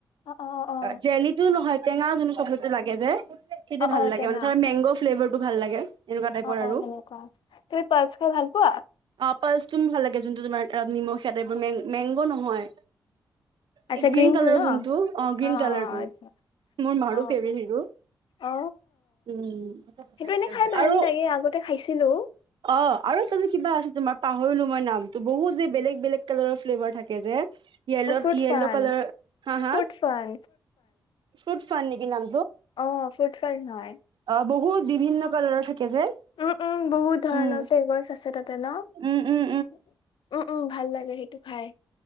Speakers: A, on the left (about 65°); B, on the right (about 60°).
A: অ অ অ
B: যেলিটো নহয়। টেঙা যন চবলটো লাগে যে। দেখি
A: অ
B: ভাল
A: অ
B: লাগে
A: টেঙা
B: মানোৰ মংগ ফ্লেভাৰটো। টো ভাল লাগে। এনেকুৱা টাইপৰ
A: অ
B: আৰু
A: অ সেনেকুৱা তুমি পালচ খাই ভাল পোৱা
B: আপালচটো ভাল লাগে যোনটো তোমাৰ। তপ নিমখ ইতে এইবোৰ মেং- মেংগ নহয়।
A: আচ্ছা
B: এই গ্ৰীণ
A: গ্ৰীণটো
B: কালাৰৰ
A: ন
B: যোনটো অহ ', গ্ৰীণ
A: অ অ
B: কালাৰটো
A: আচ্ছা
B: মোৰ মাৰো
A: অ
B: ফেভট হিৰো
A: অ
B: উম ',
A: সেইটো এনে খাই ভাল
B: আৰু
A: লাগে আগতে খাইছিলো
B: অহ ', আৰু চ যে কিবা আছে তোমাৰ পাহ লো মই নামত বহুত যে বেলেগ - বেলেগ কালাৰৰ ফ্লেভাৰ থাকে যে। yellow
A: অ', fruit
B: - yellow
A: fun,
B: colour হা - হা
A: ফ্ৰুট ফান,
B: ফ ফান নেকি নাম?
A: অহ ', ফুডফান হয়।
B: অ বহুত বিভিন্ন কালাৰৰ থাকে যে
A: উম- উম বহুত ধৰণৰ
B: উম
A: ফেভাৰছ আছে তাতে ন
B: উম উম
A: উম ', উম ', ভাল লাগে সেইটো খাই।